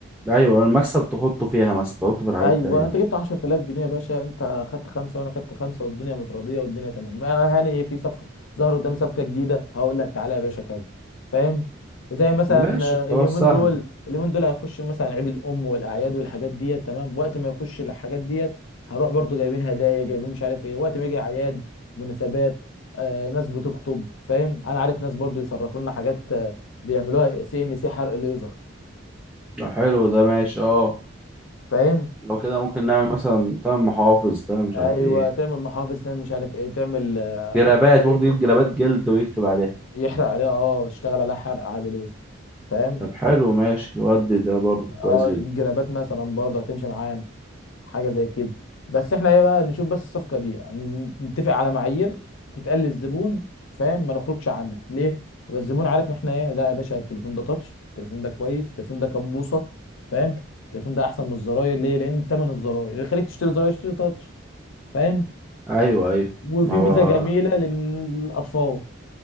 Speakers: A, in the centre; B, on the left.
A: يبقى ايوه المكسب تحطه فيها مثلا تحطه في الحاجات
B: ايوه
A: التانيه دي
B: انت جبت 10000 جنيه يا باشا انت خدت خمسه وانا خدت خمسه والدنيا متراضيه والدنيا تمام ما هاني في صفقه ظهر قدامي صفقه جديده هقول لك تعالى يا باشا كذا فاهم زي مثلا
A: ماشي
B: آه،
A: خلاص
B: اليومين
A: سهله
B: دول اليومين دول هيخش مثلا عيد الام والاعياد والحاجات ديت تمام وقت ما يخش الحاجات ديت هنروح برضو جايبين هدايا جايبين مش عارف ايه وقت ما يجي اعياد مناسبات آه ناس بتخطب فاهم انا عارف ناس برضو يصرفوا لنا حاجات آه، بيعملوها سي ان سي حرق ليزر
A: لو حلو ده ماشي اه
B: فاهم
A: لو كده ممكن نعمل مثلا تمن محافظ تمن مش
B: ايوه
A: عارف ايه
B: تعمل محافظ تعمل مش عارف ايه تعمل آه،
A: جرابات
B: ميداليه
A: ممكن تجيب جرابات جلد ويكتب عليها
B: يحرق عليها اه يشتغل عليها حرق عادي ليزر فاهم
A: طب حلو ماشي ودي ده برضه كويس
B: اه
A: جدا
B: الجرابات مثلا برضه هتمشي معانا حاجه زي كده بس احنا ايه بقى نشوف بس الصفقه دي يعني نتفق على معايير تتقال للزبون فاهم ما نخرجش عنها ليه يبقى الزبون عارف احنا ايه لا يا باشا التليفون ده تاتش التليفون ده كويس التليفون ده كام بوصه فاهم التليفون ده احسن من الزراير ليه لان ثمن الزراير اللي يخليك تشتري زراير تشتري تاتش فاهم
A: ايوه ايوه
B: وفي
A: ما هو
B: ميزه جميله للاطفال